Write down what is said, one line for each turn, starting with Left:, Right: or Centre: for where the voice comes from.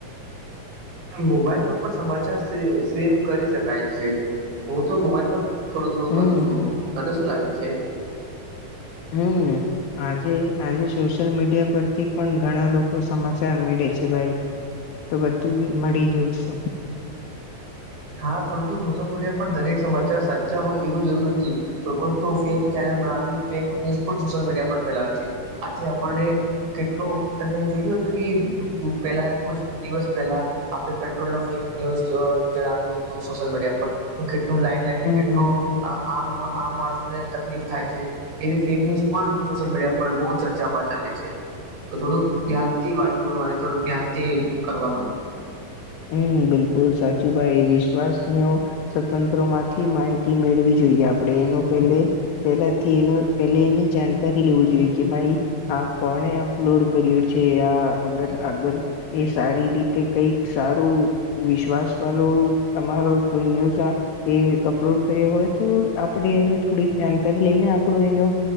Right: મોબાઈલમાં પણ સમાચાર સે સેવ કરી શકાય છે. હું તો મોબાઈલ પણ થોડું થોડું
Left: હમ
Right: કરું છું. તને શું લાગે છે?
Left: હમ્મ. આજે આજે સોશિયલ મીડિયા પરથી પણ ઘણા લોકો સમાચાર મેળે છે ભાઈ. તો બધું મળી ગ્યું શું?
Right: હા, પરંતુ સોશિયલ મીડિયા પર દરેક સમાચાર સાચા હોય એવું જરૂર નથી. કોઈ કોઈક તો ફેક ચેનલ બનાવીને, ફેક ન્યૂઝ પણ સોશિયલ મીડિયા પર ફેલાવે છે. આથી આપડે કેટલું તને જોયું હતું કે પેલા કુછ દિવસ પેલા આપડે પેટ્રોલ નો ફેક ન્યૂઝ જોવા જણાવ્યું હતું સોશિયલ મીડિયા પર, તો કેટલું લાઈન લાગીને
Left: હમ
Right: કેટલું આમ આમ માણસોને તકલીફ થાય છે. એવી ફેક ન્યુઝ પણ, સોશિયલ મીડિયા પર બહુ ચર્ચામાં ચાલે છે. તો થોડુંક ધ્યાનથી વાંચવાનું અને થોડુંક ધ્યાનથી કરવાનું.
Left: હમ્મ, બિલકુલ સાચુ ભાઈ, વિશ્વાસ ની ઓ સ્વતંત્રો માંથી માહિતી મેળવી જોઈએ આપણે એનું પેલે પેલાથી એનો પેલે એને જાણકારી લેવું જોઈએ કે ભાઈ આ કોણે અપલોડ કર્યો છે, આ અગર આગળ, એ સારી રીતે કઈ સારું, વિશ્વાસ વાલુ તમારુ કોઈ ન્યુઝ આ એ અપલોડ કર્યો હોય તો આપણે એનું થોડીક જાણકારી લઈને આપણું એનો